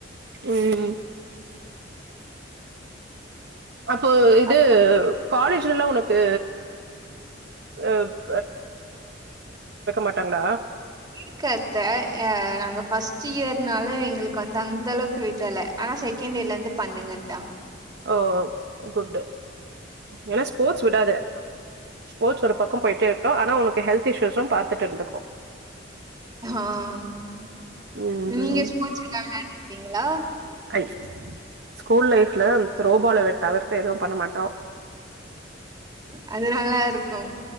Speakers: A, on the right (about 60°); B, on the right (about 25°).
A: உஉம் அப்போ இது
B: அப்புறம்
A: காலேஜ் <unintelligible> உனக்கு ஹ மாட்டாங்களா
B: இருக்கு அத்த நாங்க ஃபஸ்ட் ஃபர்ஸ்ட் இயர்னால எங்களுக்கு வந்து அந்த அளவுக்கு விடல ஆனா செகண்ட் இயர்ல இருந்து பண்ணுங்கன்டாங்க
A: ஓ குட்டு ஏன்னா ஸ்போர்ட்ஸ் விடத ஸ்போர்ட்ஸ் ஒரு பக்கம் போயிட்டே இருட்டோம் ஆனா உனக்கு ஹெல்த் இஷ்யூஸும் பாத்துட்டு இருந்துகோ
B: ஆஹ்
A: ம்
B: நீங்க
A: ம்
B: ஸ்போர்ட்ஸ் எதது விளையாடுங்காள கிங்களா
A: ஐ ஸ்கூல் லைஃப்ல த்ரோ பாலவெ தவிர்த்து எதுவு பண்ணமாட்டோ
B: அது நல்லாயிருக்கு